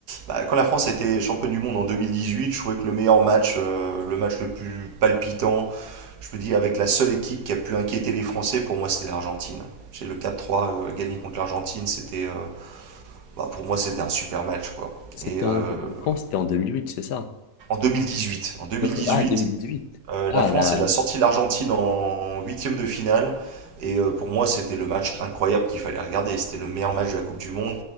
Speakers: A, on the right; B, on the left.
A: bah, quand la France a été championne du monde en 2018, je trouvais que le meilleur match, euh, le match le plus palpitant, Je me dis, avec la seule équipe qui a pu inquiéter les Français, pour moi, c'était l'Argentine. J'ai le 4-3 euh, gagné contre l'Argentine, c'était, euh, bah, pour moi, c'était un super match, quoi.
B: C'était
A: Et euh,
B: en... Quand? C'était en 2008 c'est ça?
A: en 2018, en 2018,
B: Euh, Ah, huit
A: euh,
B: Ah,
A: la France,
B: là,
A: elle a sorti l'Argentine en huitième de finale. Et euh, pour moi, c'était le match incroyable qu'il fallait regarder. C'était le meilleur match de la Coupe du Monde.